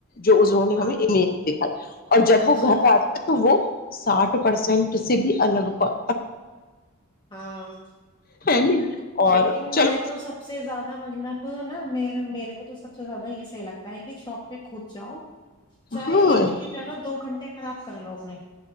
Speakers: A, on the left; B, on the left.
A: جو انہوں نے
B: ہاں
A: ہمیں امیج دیکھا اور جب
B: اچھا
A: وہ گھر آتا تو وہ ساٹھ پرسینٹ اس سے بھی الگ پ
B: ہاں
A: نہیں اور
B: لیکن
A: چلو
B: میں تو سب سے زیادہ مطلب نا م میرے کو سب سے زیادہ یہ صح لگتا ہے کہ شاپ کود جاؤ چاہے
A: ہاں
B: ایک کی جگہ دو گھنٹے خراب کر لو اپنے